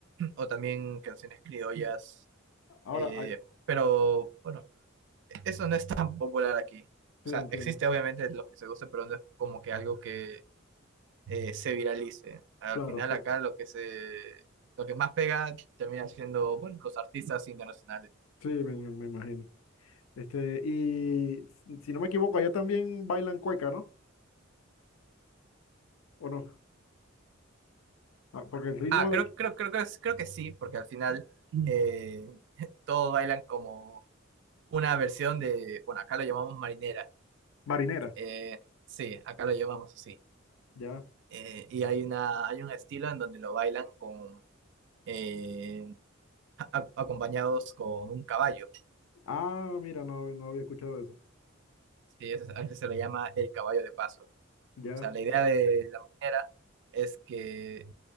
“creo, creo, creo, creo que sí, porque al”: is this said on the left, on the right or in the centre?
Right